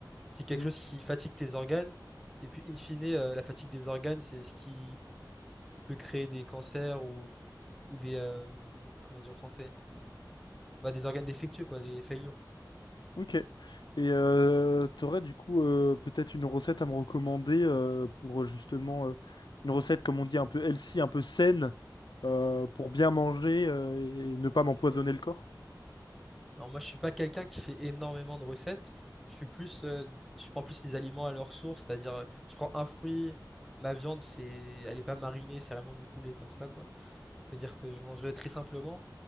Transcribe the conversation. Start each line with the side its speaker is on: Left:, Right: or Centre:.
Centre: c'est quelque
Left: Hmm,
Centre: chose qui fatigue tes organes. Et puis, in fine, euh, la fatigue des organes, c'est ce qui peut créer des cancers ou, ou des, euh, comment dire en français? bah, des organes défectueux, quoi, des faillures.
Left: Ok. Et euh, t'aurais du coup euh, peut-être une recette à me recommander euh, pour justement euh, une recette, comme on dit, un peu healthy, un peu saine, euh, pour bien manger euh, et et ne pas m'empoisonner le corps?
Centre: Alors moi, je suis pas quelqu'un qui fait énormément de recettes. Je suis plus, euh, je prends plus les aliments à leur source, c'est-à-dire, euh, je prends un fruit, ma viande, c'est, elle est pas marinée, c'est vraiment du poulet comme ça, quoi. Faut dire que je mange très simplement.